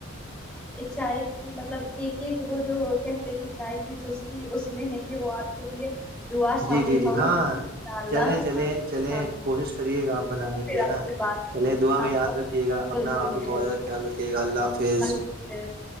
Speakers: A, in the centre; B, on the right.
A: اچھا ہے کی مطلب ایک ایک وہ جو کہتے کہ ا چائی کی اس میں ہے کہ وہ آپ کے لیے دعا شامل
B: جی جی جی
A: ہوگی
B: ہاں
A: انشاء اللہ
B: چلیں چلیں
A: ہاں
B: چلیں
A: ہاں
B: کوشش کریے گا آپ بنانے
A: پھر
B: کی ہے
A: آپ
B: نا
A: سے بات
B: چلے
A: ہوگی اپنا
B: دعا میں یاد رکھیے گا اپنا
A: بالکل
B: آپ بھی
A: بالکل
B: بہت زیادہ خیال رکھیے گا
A: جی
B: اللہ حافظ
A: اللہ حافظ